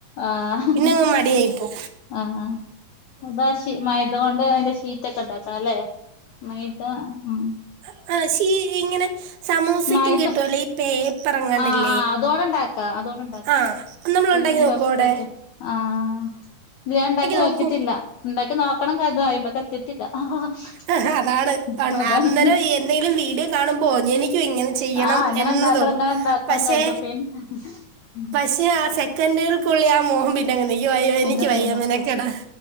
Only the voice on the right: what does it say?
പിന്നെ അങ്ങ് മടിയായിപ്പോ
അഹ് ആഹ് ശീ ഇങ്ങനെ സമൂസക്കും
കിട്ടുവല്ലോ ഇ പേപ്പർ ങ്ങാണ്ടില്ലേ
ആഹ് നമ്മള
ഉണ്ടാക്കി നോക്ക
അടെ
നോക്കൂ
ആഹ്, അതാണ് ഉണ്ട-
അന്നേരം എന്തെങ്കിലും വീഡിയോ കാണുമ്പോ എനിക്കും ഇങ്ങനെ ചെയ്യണം
എന്ന് തോന്നും
പക്ഷേ പക്ഷെ ആ സെക്കൻകൾകുള്ളി ആ മോഹം പിന്നെങ്ങന്നെ യ്യോ അയ്യോ
എനിക്ക് വയ്യ
നിനക്കെടാ